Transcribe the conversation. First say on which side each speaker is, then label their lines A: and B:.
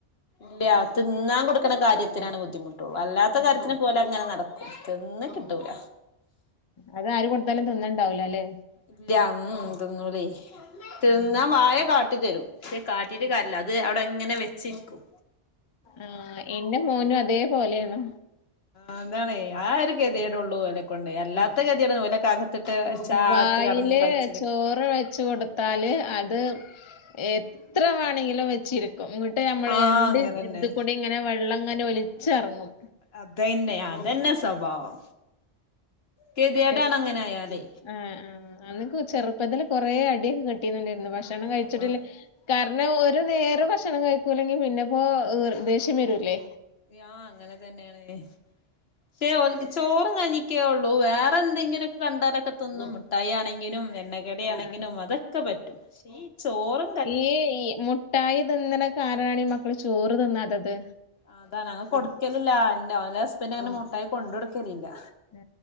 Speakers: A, on the left (about 65°); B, on the left (about 35°).
A: ല്ല്യ തിന്നാൻ കൊടുക്കണ കാര്യത്തിനാണ് ബുദ്ധിമുട്ട് വല്ലാത്ത കാര്യത്തിനൊക്കെ
B: ഉം
A: ഓലങ്ങനെ നടക്കും തിന്ന് കിട്ടൂല
B: അത് ആര് കൊടുത്താലും തിന്ന്ണ്ടാവൂല ല്ലേ
A: ഇല്ല ഉം തിന്നൂലെയ് തിന്നാ
B: ഉം
A: വായ കാട്ടിത്തരും ക്ഷെ കാട്ടിട്ട് കാര്യല്ല അത് അവിടെ ങ്ങനെ വെച്ചിരിക്കും
B: ആഹ് എന്റെ മോനും അതേപോലെയാണ്
A: ആന്താണെയ് ആ ഒരുകെതിയെടൊള്ളു ഓലേകൊണ്ടേയ് അല്ലാത്തകെതിയെടൊന്നും ഓലേക്കാകെ <unintelligible>
B: വായില് ചോറ് വെച്ച്കൊടുത്താല് അത് എത്രവാണെങ്കിലുംവെച്ചിരിക്കും മുട്ടെമ്മള്
A: ആഹ്
B: രണ്ട്
A: അങ്ങനെന്നെ
B: ഇത്കൂടിംങ്ങനെ വെള്ളംഇങ്ങനെ ഒലിച്ചിറങ്ങും
A: അതയന്നെ അതന്നെസ്വഭാവം കെതിയടണ്അങ്ങനായാലേ
B: എത് ആഹ് ഉം അന്നൊക്കചെറുപ്പത്തില് കൊറെഅടിയൊക്കെ കിട്ടീനുന്റെട്ന്ന് ഭക്ഷണംകഴിച്ചിട്ടില്ല
A: ആഹ്
B: കാരണംഒരുനേരംഭക്ഷണംകഴിക്കൂല്ലെങ്കി പിന്നെപ്പോ ദേഷ്യംവരൂല്ലേ
A: യാ അങ്ങനെതന്നെണ്ലേ തെഓൽക്ക്‌ ചോറുംകഞ്ഞിക്കെഒള്ളൂ വേ വേന്തെങ്കിലുംക്കെ കണ്ടാലൊക്കെതിന്നും മുട്ടായിയാണെങ്കിലും എണ്ണക്കടിയാണെങ്കിലും
B: ആഹ്
A: അതൊക്കെപറ്റും <unintelligible> ചോറ്
B: ഈഇ മുട്ടായിതിന്ന്ണ കാരണാണി ഈ മക്കള്ചോറ്തിന്നാത്തത്
A: അതാണ് അത്‌കൊട്ക്കലില്ല അന്റെ ഓന്റെഹസ്ബന്റ്അങ്ങനെ മുട്ടായി കൊണ്ട്കൊടുക്കലില്ല
B: ആ